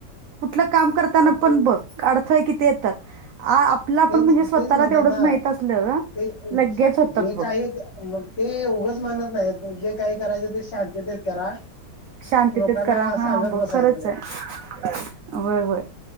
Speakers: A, on the right; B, on the left.
A: कुठ काम करताना पण
B: ते
A: बघ अडथळ किती येतात आपलं
B: तेच
A: आपण म्हणजे स्वतःला
B: तेच म्हणतात
A: तेवढंच
B: ना
A: माहित असलं
B: ते
A: लगेच होतात
B: जे
A: बघ
B: काही म ते उघंच मानत नाही जे काही करायचं ते शांततेत करा
A: शांतीतेत
B: लोकांना
A: करा हां
B: सांगत
A: ब
B: बसायचं
A: खरच
B: नाही
A: आहे होय होय